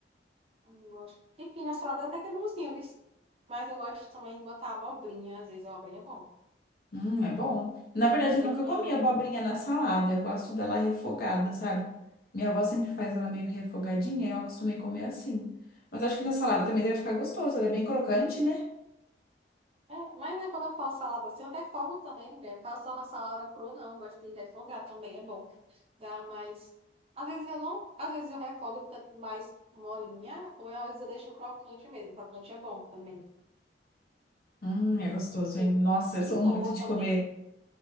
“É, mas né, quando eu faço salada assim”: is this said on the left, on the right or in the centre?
Right